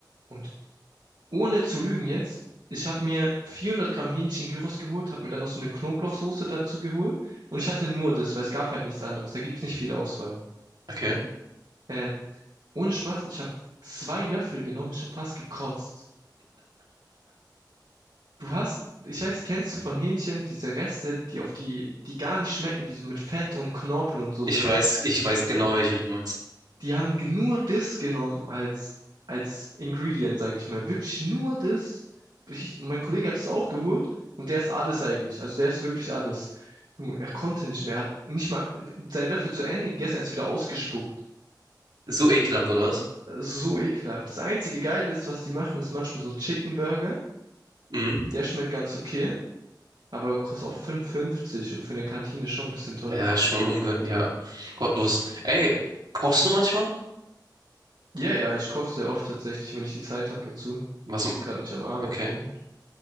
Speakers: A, on the right; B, on the right.
A: und ohne zu lügen jetzt, ich habe mir 400 Gramm Hähnchen-Gyros geholt, habe mir dann noch so eine Knoblauchsoße dazu geholt und ich hatte nur das, weil es gab halt nichts anderes. Da gibt's nicht viel Auswahl.
B: okay.
A: Ähm, ohne Spaß, ich habe zwei Löffel genommen, ich habe fast gekotzt. Du hast, ich weiß, kennst du von Hähnchen diese Reste, die auf die, die gar nicht schmecken, die so mit Fett und Knorpel und so
B: Ich
A: sind?
B: weiß, ich weiß genau, welche du meinst.
A: Die haben nur das genommen als, als Ingredient, sag ich mal. Wirklich nur das. Ich, mein Kollege hat es auch geholt und der ist alles eigentlich. Also der ist wirklich alles. Junge, er konnte nicht mehr. Er hat nicht mal seinen Löffel zu Ende gegessen, er ist wieder ausgespuckt.
B: So ekelhaft, oder was?
A: Das ist So ekelhaft. Das einzige Geile ist, was die machen, ist manchmal so ein Chicken Burger.
B: Mhm.
A: Der schmeckt ganz okay, aber kostet auch 5,50 und für eine Kantine schon ein bisschen teurer.
B: Ja, schon unge... Ja, gottlos. Ey, kochst du manchmal?
A: Ja, ja, ich koche sehr oft tatsächlich, wenn ich die Zeit habe dazu, wenn
B: Was?
A: ich jetzt gerade nicht am Arbeiten
B: Okay.
A: bin.